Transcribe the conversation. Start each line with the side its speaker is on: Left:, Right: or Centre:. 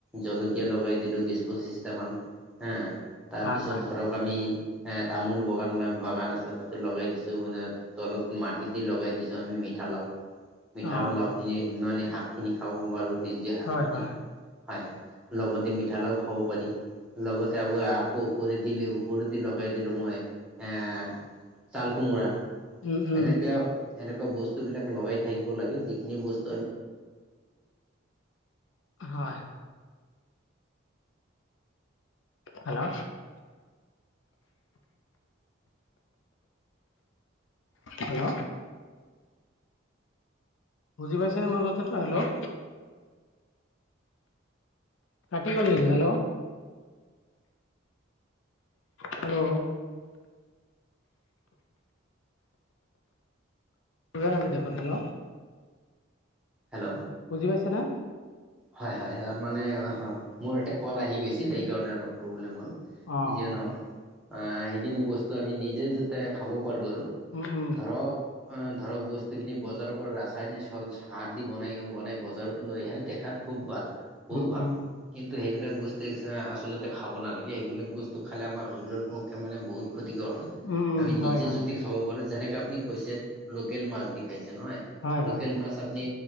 Centre: জলকীয়া লগাই দিলোঁ বিচ পঁচিশ টা মান হা, তাৰপিচত
Left: হয় হয়
Centre: ধৰক আমি এহ তামোল বাগান বাগান আছে। তাতে লগাই দিছোঁ। মানে তলত মাটি দি লগাই দিছোঁ। আমি মিঠা লাও মিঠা
Left: অ
Centre: লাওখিনি মানে শাক খিনি খাব পাৰোঁ। সেইজীয়া শাক
Left: হয়
Centre: খিনি
Left: হয়
Centre: হয়, লগতে মিঠালাও খাব পাৰি। লগতে আকৌ, আকৌ ওপৰে দিলেও ওপৰেদি লগাই দিলো মই, এহ চাল কোমোৰা
Left: উম উম
Centre: এনেকে এনেকুৱা বস্তুবিলাক লগাই থাকিব লাগে। যিখিনি বস্তু আমি
Left: হয়। হেল্ল। হেল্ল। বুজি পাইছে নে? মোৰ কথাটো হেল্ল কাটি গল নেকি, হেল্ল। হেল্ল। বুজা নাই দেখোন। হেল্ল
Centre: হেল্ল
Left: বুজি পাইছানা?
Centre: হয় হয়। তাৰ মানে অহ, মোৰ এটা কল আহি গৈছিল। সেই কাৰণে অলপ প্ৰব্লেম হল।
Left: অ
Centre: যিয়ে নহক, আহ সেইখিনি বস্তু আমি নিজে যাতে খাব পাৰোঁ আৰু
Left: উম উম
Centre: ধৰক অহ ধৰক বস্তুখিনি বজাৰৰ পৰা ৰাসায়নিক সাৰ দি বনাই বনাই বজাৰত লৈ আহে। দেখাত খুব ভাল বহুত
Left: উম
Centre: ভাল।
Left: উম
Centre: কিন্তু সেইবিলাক বস্তু আচলতে খাব নালাগে। সেইবিলাক বস্তু খালে আমাৰ শৰীৰৰ পক্ষে মানে বহুত ক্ষতিকৰ হয়।
Left: উম উম
Centre: আমি
Left: হয়
Centre: নিজে
Left: হয়
Centre: যদি খাব পাৰোঁ, যেনেকে আপুনি কৈছে লোকেল মাছ দি খাইছে নহয়।
Left: হয়
Centre: লোকেল
Left: হয়
Centre: মাছ আপুনি